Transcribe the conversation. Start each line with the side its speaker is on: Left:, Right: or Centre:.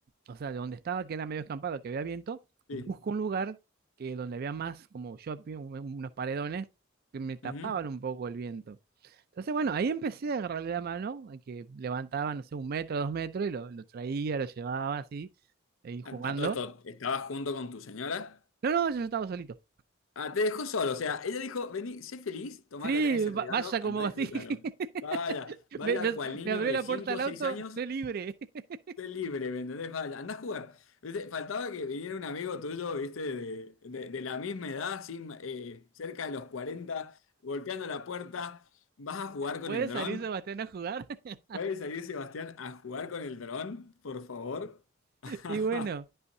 Right: o sea, de donde estaba, que era medio escampado, que había viento,
Left: sí.
Right: busco un lugar que donde había más como shopping, un- unos paredones que me tapaban
Left: Ujú.
Right: un poco el viento. Entonces, bueno, ahí empecé a agarrarle la mano, a que levantaba, no sé, un metro, dos metros, y lo, lo traía, lo llevaba así, ahí jugando.
Left: A, a todo esto, ¿estabas junto con tu señora?
Right: No, no, yo estaba solito.
Left: Ah, te dejó solo. O sea, ella dijo, vení, sé feliz, tomá
Right: Sí,
Left: que tenés el
Right: va-
Left: regalo,
Right: vaya
Left: andá
Right: como
Left: a
Right: así.
Left: disfrútalo.
Right: <laughs>
Left: Vaya, vaya
Right: Me, me-
Left: cual niño
Right: me abrió
Left: de
Right: la
Left: cinco
Right: puerta del
Left: o
Right: auto,
Left: seis años
Right: sé libre. <laughs>
Left: Esté libre, ¿me entendés? Vaya, andá a jugar. ¿Viste? Faltaba que viniera un amigo tuyo, ¿viste? De, de- de la misma edad, así, ma- eh, cerca de los 40, golpeando la puerta. ¿Vas a jugar con
Right: Puede
Left: el dron?
Right: salir Sebastián a jugar. <laughs>
Left: ¿Puede salir Sebastián a jugar con el dron, por favor? <laughs>
Right: Y bueno,